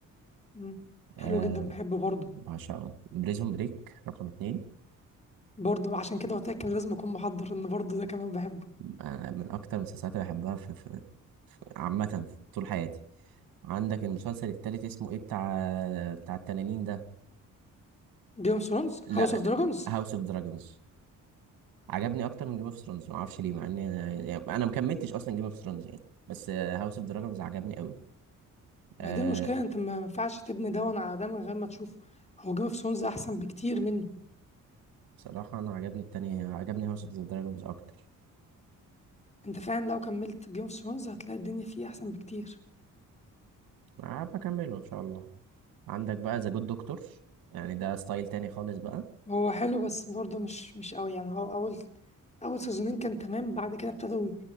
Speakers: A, on the left; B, on the right.
A: امم
B: آه،
A: حلو جدا بحبه برضه
B: بعشقه بريزون بريك رقم اتنين
A: برضه عشان كده قلت لك إن لازم اكون محضر ان برضه ده كمان بحبه
B: آه، من أكتر المسلسلات اللي بحبها في في- عامة في طول حياتي عندك المسلسل التالت اسمه ايه بتاع بتاع التنانين ده
A: جيم اوف ثرونز
B: لا
A: هاوس اوف دراجونز
B: هاوس اوف دراجونز عجبني أكتر من جيم اوف ثرونز معرفش ليه مع إني أنا يعني أنا مكملتش أصلا جيم اوف ثرونز يعني بس هاوس اوف دراجونز عجبني أوي
A: ما
B: أه
A: هي دي المشكله انت ما ينفعش تبني ده على ده من غير ما تشوف هو جيم اوف ثرونز احسن بكتير منه
B: بصراحة أنا عجبني التاني عجبني هاوس اوف دراجونز أكتر
A: انت فعلا لو كملت جيم اوف ثرونز هتلاقي الدنيا فيه احسن بكتير
B: أه بكمله إن شاء الله عندك بقى ذا جود دكتور يعني ده ستايل تاني خالص بقى
A: هو حلو بس برضه مش مش قوي يعني هو اول اول سيزونين كان تمام بعد كده ابتدوا